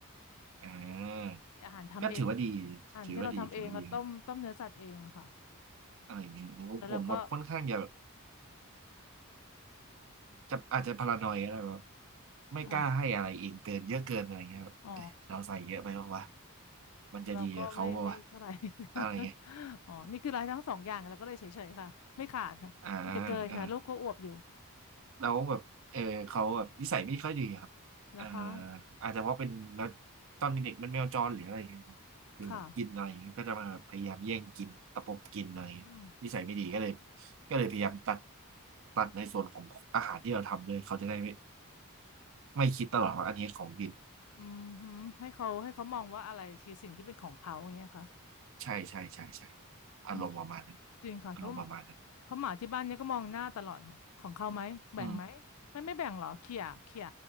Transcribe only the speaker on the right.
อ่า
ก็ถือว่าดี
ถือว่าดีถือว่าดีนะอะไรอย่างเงี้ยผมผมแบบค่อนข้างจะ
จะอาจจะพารานอยก็ได้แบบไม่กล้าให้อะไรเองเกินเยอะเกินอะไรเงี้ยแบบเอ้ยเราใส่เยอะไปปะวะ
มันจะดีกับเขาปะวะ
อะไรเงี้ย
อ่าอ่าเราแบบเออเขาแบบนิสัยไม่ค่อยดีอะครับอ่า
อาจจะเพราะเป็นแมวตอนเด็กๆมันแมวจรหรืออะไรเงี้ยครับคือแบบกินอะไรเงี้ยก็จะมาพยายามแย่งกินตะปบกินอะไรเงี้ยนิสัยไม่ดีก็เลย
ก็เลยพยายามตัดตัดในส่วนของอาหารที่เราทำเลยเขาจะได้ไม่ไม่คิดตลอดว่าอันนี้ของกิน
ใช่ใช่ใช่ใช่อารมณ์ประมาณนั้น
อารมณ์ประมาณนั้น
อืม